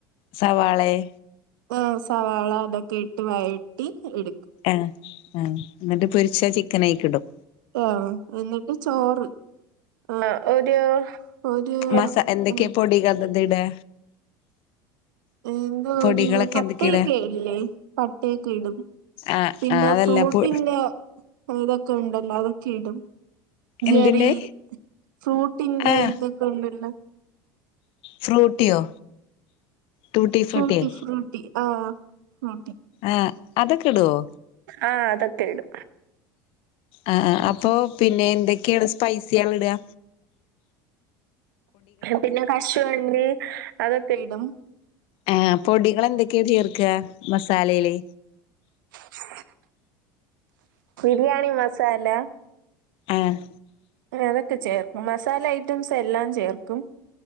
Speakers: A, on the left; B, on the right.
A: സവാളെയെ
B: ആഹ് സവാള അതൊക്കെ ഇട്ട് വഴറ്റി എടുക്കും
A: ഏഹ് ഏഹ് എന്നിട്ട് പൊരിച്ച ചിക്കനയിക്കിടും
B: ആഹ് എന്നിട്ട് ചോറ് ആഹ് ഒരു ഒരു
A: മസാ എന്തൊക്കെയാ
B: ഉം
A: പൊടികളൊക്കെ ഇടാ
B: എന്തോ
A: പൊടികളൊക്കെ
B: ഒരു പട്ടയൊക്ക
A: എന്തൊക്കെയാ ഇടാ
B: ഇല്ലേ പട്ടയൊക്കെ ഇടും
A: ആഹ്
B: പിന്നെ
A: ആഹ് അതല്ല
B: ഫ്രൂട്ടിന്റെ
A: പൊ
B: ഇതൊക്കെ ഉണ്ടല്ലോ അതൊക്കെ ഇടും
A: എന്തിന്റെ
B: ജെറി ഫ്രൂട്ടിന്റെ
A: ആഹ്
B: ഇതൊ ക്കെ ഉണ്ടല്ലോ
A: ഫ്രൂട്ടിയോ ടൂട്ടി ഫ്രൂട്ടിയോ
B: ഫ്രൂട്ടി ഫ്രൂട്ടി ആഹ് ഫ്രൂട്ടി
A: ഏഹ് അതൊക്കെ ഇടുവോ?
B: ആഹ് അതൊക്കെ ഇടും.
A: ആഹ് ആഹ് അപ്പൊ പിന്നെ എന്തൊക്കെയാണ് സ് പൈസികളിടുകാ
B: പിന്നെ കശുവണ്ടി അതൊക്കെ ഇടും
A: ആഹ് പൊടികളെന്തൊക്കെയാ ചേർക്കുക മസാലയില്
B: <inaudible> ബിരിയാണി മസാല
A: ആഹ്
B: അതൊക്കെ ചേർക്കും മസാല ഐറ്റംസ് എല്ലാം ചേർക്കും